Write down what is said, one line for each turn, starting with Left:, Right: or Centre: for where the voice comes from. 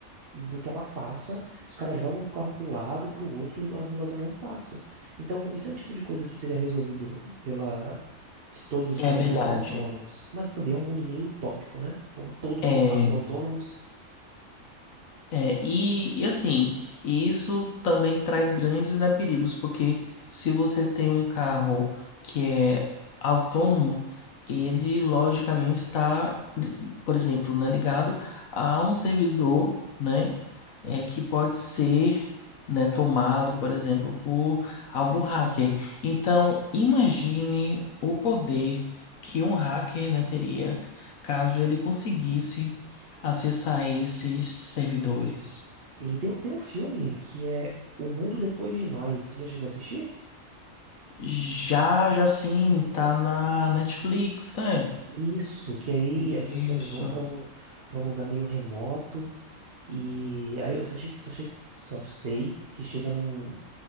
Right: do que ela faça, os caras jogam o carro pro lado, pro outro, e a ambulância não passa. Então, isso é um tipo de coisa que seria resolvido pela se todos os
Left: é
Right: carros
Left: verdade.
Right: fossem autônomos. Mas também é um mundo meio utópico, né? Porra, todos
Left: É.
Right: os carros autônomos.
Left: É, e, e assim, e isso também traz grandes, né, perigos, porque se você tem um carro que é autônomo, ele logicamente está, por exemplo, né, ligado a um servidor, né, é, que pode ser, né, tomado, por exemplo, por algum
Right: Sim.
Left: hacker. Então, imagine o poder que um hacker, né, teria caso ele conseguisse acessar esses servidores.
Right: Sim, tem, tem um filme que é O Mundo Depois de Nós. Você já chegou a assistir?
Left: Já, já sim, tá na Netflix, né?
Right: Isso, que aí
Left: Isso.
Right: as pessoas vão pra um, para um lugar meio remoto e aí eu só achei, só achei, só sei que chega num